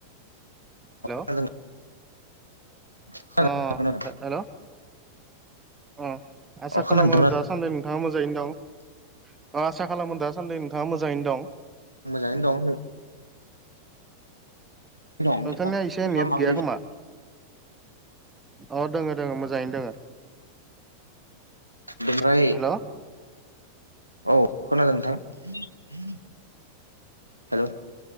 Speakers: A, on the right; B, on the right.
A: हेल'
B: खोनादों खोनादों
A: अ
B: खोनादों
A: हेल' अ आसा
B: अ
A: खालामो
B: खोनादों खोनादों
A: दा सान्दै नोंथाङा मोजाङैनो दं आसा खालामो दाासान्दि नोंथाङा मोजाङैनो दं
B: मोजाङैनो दं नोंथां
A: नोंथांनिया एसे
B: नोंथाङा
A: नेट
B: माबोरै
A: गैया
B: दं?
A: खोमा अ दोङो दोङो मोजाङैनो दोङो
B: बिमफ्राय
A: हेलौ
B: औ खोनादों नोंथां हेल'